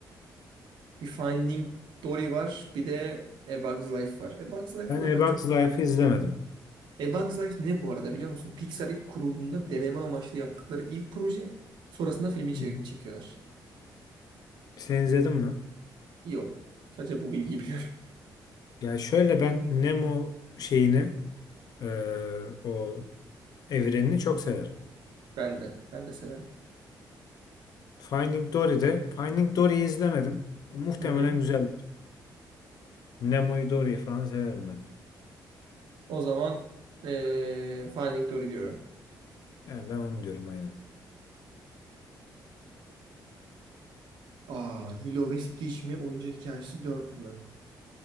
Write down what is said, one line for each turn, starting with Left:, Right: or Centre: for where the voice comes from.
Right: Bir Finding Dory var bir de A Bug's Life var. A Bug's Life'ı
Left: Ben Ebak
Right: da ben çok...
Left: Zayf'ı izlemedim.
Right: A Bug's Life ne bu arada biliyor musun? Pixar ilk kurulduğunda deneme amaçlı yaptıkları ilk proje. Sonrasında filmi çek-
Left: Hı hı.
Right: çekiyorlar.
Left: Sen izledin mi?
Right: Yok. Sadece bu bilgiyi biliyorum.
Left: Ya şöyle ben Nemo şeyini eee, o evrenini çok severim.
Right: Ben de. Ben de severim.
Left: Finding Dory'de Finding Dory'yi izlemedim. Muhtemelen
Right: Hı hı.
Left: güzeldir. Nemo'yu Dory'yi falan severim ben.
Right: O zaman eee Finding Dory diyorum.
Left: Yani ben onu diyorum aynen.
Right: Aa, Lilo ve Stitch mi? Oyuncak Hikayesi dört mü?